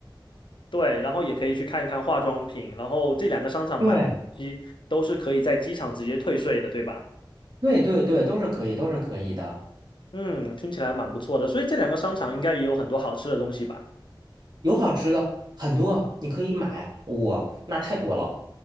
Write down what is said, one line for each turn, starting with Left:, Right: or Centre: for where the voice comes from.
Left: 对，然后也可以去看一看化妆品，然后这两个商场买完东西都是可以在机场直接退税的，
Right: 对
Left: 对吧？
Right: 对对对，都是可以，都是可以的，
Left: 嗯，听起来蛮不错的。所以这两个商场应该也有很多好吃的东西吧？
Right: 有好吃的很多，你可以买，哇，那太多了，